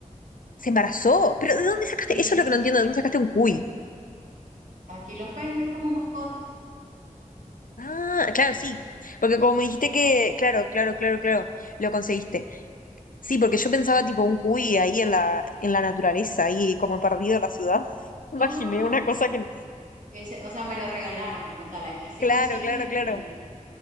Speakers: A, on the left (about 80°); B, on the right (about 65°).
A: ¿Se embarazó? ¿Pero de dónde sacaste?
B: Sí,
A: Eso es lo que no entiendo, ¿de dónde sacaste un cuy?
B: aquí los venden como mascotas.
A: Ah, claro, sí. Porque como me dijiste que, claro, claro, claro, claro, lo conseguiste. Sí, porque yo pensaba tipo un cuy ahí en la, en la naturaleza, ahí como perdido en la ciudad. <laughs>
B: No,
A: Imaginé
B: no, no,
A: una
B: ese,
A: cosa que... no.
B: ese, o sea, me lo regalaron como tal, aquí se
A: Claro,
B: consiguen
A: claro,
B: en las
A: claro.
B: tiendas.